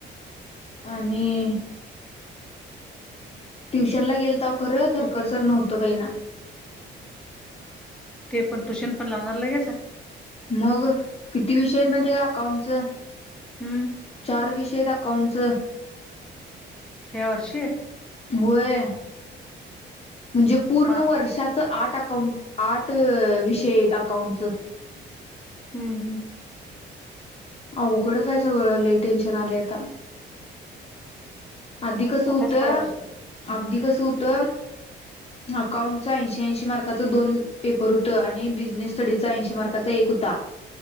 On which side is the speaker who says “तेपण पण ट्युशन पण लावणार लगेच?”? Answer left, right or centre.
Centre